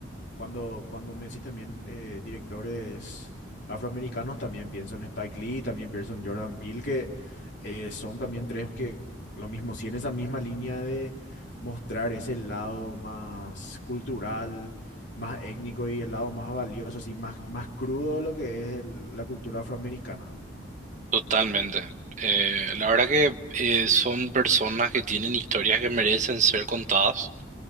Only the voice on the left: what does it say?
Cuando, cuando me decís también eh, directores afroamericanos, también pienso en Spike Lee, también pienso en Jordan Peele, que eh, son también tres que lo mismo, si en esa misma línea de mostrar ese lado más cultural, más étnico y el lado más valioso, así más, más crudo de lo que es el- la cultura afroamericana.